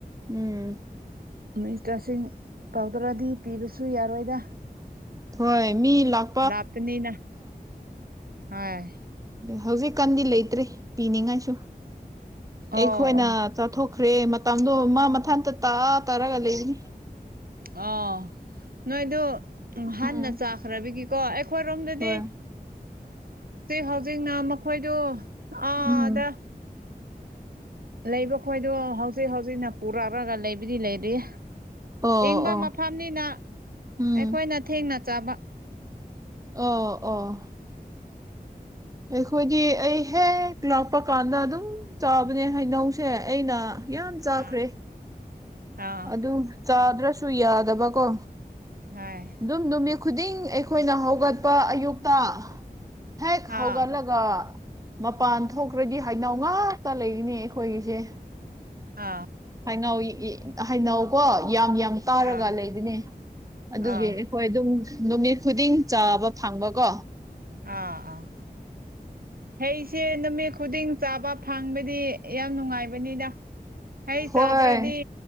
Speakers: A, on the right (about 20°); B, on the right (about 65°).
A: ꯎꯝ
B: ꯃꯤꯅꯤꯁꯇꯔꯁꯤꯡ ꯀꯧꯗ꯭ꯔꯗꯤ ꯄꯤꯕꯁꯨ ꯌꯥꯔꯣꯏꯗ
A: ꯍꯣꯏ ꯃꯤ ꯂꯥꯛ
B: ꯂꯥꯞꯄꯅꯤꯅ ꯍꯣꯏ
A: ꯍꯧꯖꯤꯛꯀꯥꯟꯗꯤ ꯂꯩꯇ꯭ꯔꯤ ꯄꯤꯅꯤꯡꯉꯥꯏꯁꯨ ꯑꯩꯈꯣꯏꯅ
B: ꯑꯣ ꯑꯣ
A: ꯆꯥꯊꯣꯛꯈ꯭ꯔꯦ ꯃꯇꯝꯗꯣ ꯃꯥ ꯃꯊꯟꯇ ꯇꯥ ꯇꯥꯔꯒ ꯂꯩꯅꯤ
B: ꯑꯣ ꯅꯣꯏꯗꯨ ꯍꯥꯟꯅ
A: ꯎꯝ
B: ꯆꯥꯛ ꯈꯔꯕꯤꯒꯤꯀꯣ ꯑꯩꯈꯣꯏꯔꯣꯝꯗꯗꯤ
A: ꯍꯣꯏ
B: ꯍꯧꯖꯤꯛꯅ ꯃꯈꯣꯏꯗꯨ ꯑꯥꯗ
A: ꯎꯝ
B: ꯂꯩꯕ ꯈꯣꯏꯗꯣ ꯍꯧꯖꯤꯛ ꯍꯧꯖꯤꯛꯅ ꯄꯨꯔꯛꯑꯒ ꯂꯩꯕꯨꯗꯤ ꯂꯩꯔꯤꯌꯦ
A: ꯑꯣ
B: ꯏꯪꯕ
A: ꯑꯣ
B: ꯃꯐꯝꯅꯤꯅ
A: ꯎꯝ
B: ꯑꯩꯈꯣꯏꯅ ꯊꯦꯡꯅ ꯆꯥꯕ
A: ꯑꯣ ꯑꯣ ꯑꯩꯈꯣꯏꯗꯤ ꯑꯩ ꯍꯦꯛ ꯂꯥꯛꯄ ꯀꯥꯟꯗ ꯑꯗꯨꯝ ꯆꯥꯕꯅꯦ ꯍꯩꯅꯧꯁꯦ ꯑꯩꯅ ꯌꯥꯝ ꯆꯥꯈ꯭ꯔꯦ
B: ꯑꯥ ꯑꯥ
A: ꯑꯗꯨ ꯆꯥꯗ꯭ꯔꯁꯨ ꯌꯥꯗꯕꯀꯣ
B: ꯍꯣꯏ
A: ꯑꯗꯨꯝ ꯅꯨꯃꯤꯠ ꯈꯨꯗꯤꯡ ꯑꯩꯈꯣꯏꯅ ꯍꯧꯒꯠꯄ ꯑꯌꯨꯛꯇ ꯍꯦꯛ
B: ꯑꯥ
A: ꯍꯧꯒꯠꯂꯒ ꯑꯗꯨꯒ ꯃꯄꯥꯟ ꯊꯣꯛꯈ꯭ꯔꯗꯤ ꯍꯩꯅꯧ ꯉꯥꯛꯇ ꯂꯩꯔꯤꯅꯤ ꯑꯩꯈꯣꯏꯒꯤꯁꯦ
B: ꯑꯥ
A: ꯍꯩꯅꯧ ꯌꯤ ꯏ ꯍꯩꯅꯧꯀꯣ ꯌꯥꯝ ꯌꯥꯝ ꯇꯥꯔꯒ
B: ꯑꯥ
A: ꯂꯩꯕꯅꯦ ꯑꯗꯨꯒꯤ
B: ꯑꯥ
A: ꯍꯣꯏ ꯑꯗꯨꯝ ꯅꯨꯃꯤꯠ ꯈꯨꯗꯤꯡ ꯆꯥꯕ ꯐꯪꯕꯀꯣ
B: ꯑꯥ ꯑꯥ ꯍꯩꯁꯦ ꯅꯨꯃꯤꯠ ꯈꯨꯗꯤꯡ ꯆꯥꯕ ꯐꯪꯕꯗꯤ ꯌꯥꯝ ꯅꯨꯡꯉꯥꯏꯕꯅꯤꯗ ꯍꯩ
A: ꯍꯣꯏ
B: ꯆꯥꯗ꯭ꯔꯗꯤ